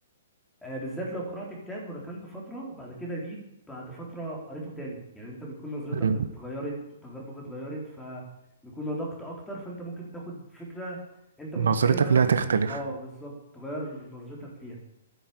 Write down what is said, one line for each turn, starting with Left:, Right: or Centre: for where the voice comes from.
Centre: آه بالذات لو قرات كتاب وركنته فتره وبعد كده جيت بعد فتره قريته تاني يعني انت بيكون نظرتك
Right: مم.
Centre: اتغيرت وتجاربك اتغيرت فبيكون نضجت اكتر فانت ممكن تاخد فكره انت كنت
Right: نظرتك
Centre: فاهمها
Right: ليها تختلف
Centre: اه بالظبط تغير نظرتك ليها